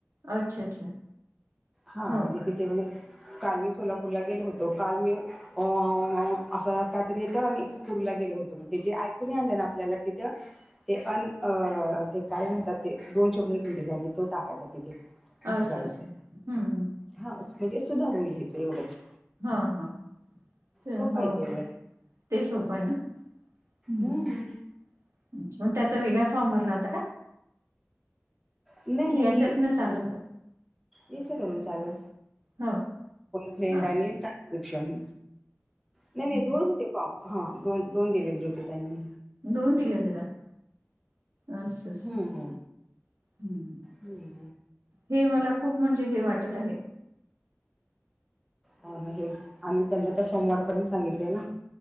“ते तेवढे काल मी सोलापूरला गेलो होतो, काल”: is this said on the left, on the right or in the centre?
Centre